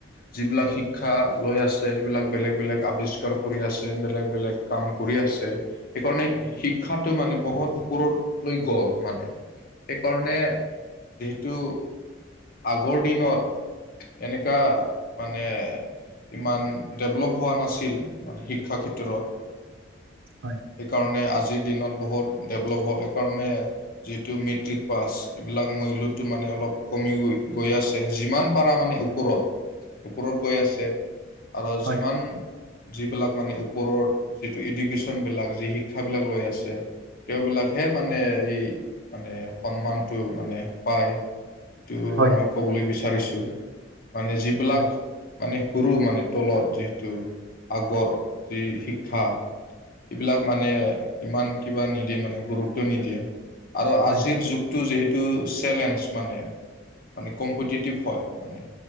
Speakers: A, on the left; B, on the right.
A: যিবিলাক শিক্ষা লৈ আছে এইবিলাক বেলেগ বেলেগ আৱিষ্কাৰ কৰি আছে বেলেগ বেলেগ কাম কৰি কৰি আছে সেইকাৰণে শিক্ষাটো মানে বহুত ওপৰত লৈ গল মানে সেইকাৰণে যিহেতু আগৰ দিনত এনেকা মানে ইমান ডেভেলপ হোৱা নাছিল মানে শিক্ষাৰ ক্ষেত্ৰত
B: হয়
A: সেইকাৰণে আজিৰ দিনত বহুত ডেভেলপ হ'ল কাৰণে মেট্ৰিক পাছ এইবিলাক মূল্যটো মানে অকপ কমি গৈ আছে। যিমান পাৰা মানে ওপৰত, ওপৰত গৈ আছে। আৰু
B: হয়
A: যিমান যিবিলাক মানে ওপৰত যিটো এডুকেশ্যনবিলাক যি শিক্ষাবিলাক লৈ আছে তেওঁবিলাক হে মানে এই মানে সন্মানটো মানে পায়। এইটো
B: হয়
A: মই ক'বলৈ বিচাৰিছো। মানে যিবিলাক
B: হয়
A: মানে কৰোঁ মানে তলত যিহেতু আগৰ যি শিক্ষা এইবিলাক মানে ইমান কিবা নিদিয়ে মানে গুৰুত্ব নিদিয়ে আৰু
B: হয়
A: আজিৰ যুগটো যিহেতু চেলেনচ মানে, মানে কম্পিটিটিভ হয়, মানে।